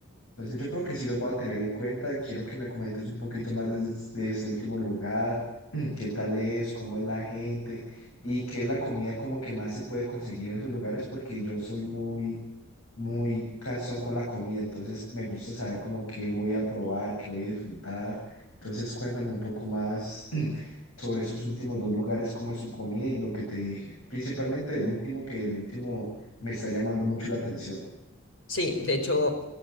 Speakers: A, on the left; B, on the left.
A: Entonces yo creo que sí los voy a tener en cuenta. Quiero que me comentes un poquito más de, de este último lugar, <clears throat> qué tal es, cómo es la gente y qué es la comida como que más se puede conseguir en esos lugares, porque yo soy muy muy cansón con la comida, entonces me gusta saber como qué voy a probar, qué voy a disfrutar. Entonces cuéntame un poco más <clears throat> sobre esos últimos dos lugares, cómo es su comida y lo que te dije. Principalmente el último, que el último me está llamando mucho la atención.
B: Sí, de hecho,